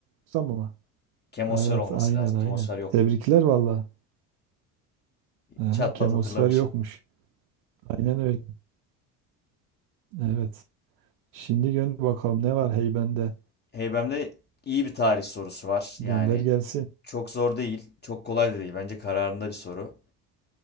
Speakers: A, on the right (about 75°); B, on the left (about 25°).
A: tutsam ama.
B: Kemosfer
A: Evet,
B: olması
A: aynen,
B: lazım.
A: aynen.
B: Kemosfer yok.
A: Tebrikler valla. Aha,
B: Çat
A: Kemosfer
B: pat hatırlamışım.
A: yokmuş. Aynen öyle. Evet. Şimdi gönder bakalım ne var heybende.
B: Heybem'de iyi bir tarih sorusu var.
A: Gönder
B: Yani
A: gelsin.
B: çok zor değil, çok kolay da değil. Bence kararında bir soru.